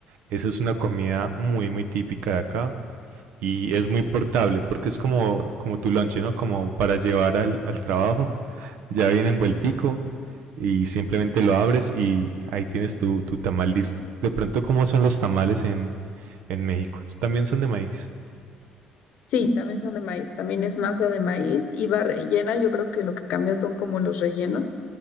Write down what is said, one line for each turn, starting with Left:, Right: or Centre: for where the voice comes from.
Right: Esa es una comida muy, muy típica de acá y es muy portable porque es como, como tu lonche, ¿no? Como para llevar al, al trabajo. Ya viene envueltico, y simplemente lo abres y ahí tienes tu, tu tamal listo. De pronto, ¿cómo son los tamales en, en México? También son de maíz.
Left: Sí, también son de maíz, también es masa de maíz y va rellena, yo creo que lo que cambia son como los rellenos,